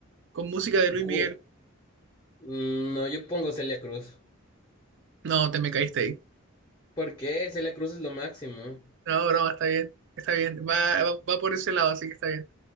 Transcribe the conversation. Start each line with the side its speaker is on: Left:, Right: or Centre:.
Right: Con música de Luis
Left: Ju-
Right: Miguel.
Left: Mm, no, yo pongo Celia Cruz.
Right: No, te me caíste ahí.
Left: ¿Por qué? Celia Cruz es lo máximo.
Right: No, no, está bien. Está bien. Va, va, va por ese lado, así que está bien.